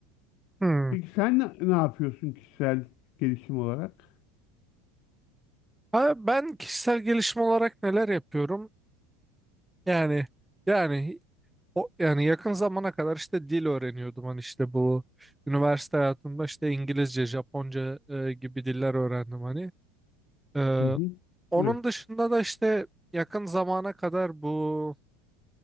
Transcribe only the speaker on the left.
Peki sen ne, ne yapıyorsun kişisel gelişim olarak?
Hı hı.
Evet.